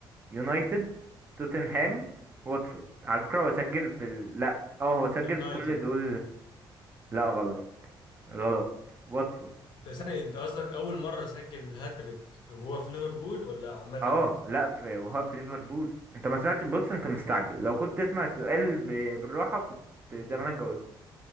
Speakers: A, on the right; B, on the left.
A: يونايتد توتنهام واتفورد على فكره هو سجل في ال... لا اه هو سجل
B: يونايتد
A: في كل دول لا غلط غلط واتفورد
B: انت ثانية انت قصدك اول مرة سجل الهاتريك وهو في ليفربول ولا عامة؟
A: اه لا في وهو في ليفربول انت ما سمعتش بص انت مستعجل لو كنت تسمع السؤال ب... بالراحه كنت
B: مم.
A: زمانك جاوبت